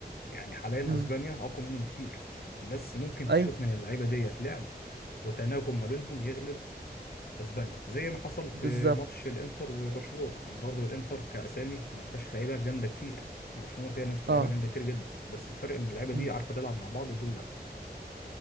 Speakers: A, on the left; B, on the right.
A: يعني حاليا
B: امم
A: أسبانيا أقوى منه بكتير بس ممكن
B: ايوه
A: تشوف من اللعيبة ديت لعب وتناغم ما بينهم يغلب اسبانيا زي ما حصل في
B: بالظبط
A: ماتش الانتر وبرشلونه يعني برضه الانتر كاسامي ما فيهاش لعيبه جامده كتير برشلونه فيها ناس لعيبه
B: اه
A: جامده كتير جدا بس الفرق ان اللعيبه
B: مم.
A: دي عارفه تلعب مع بعض ودول لا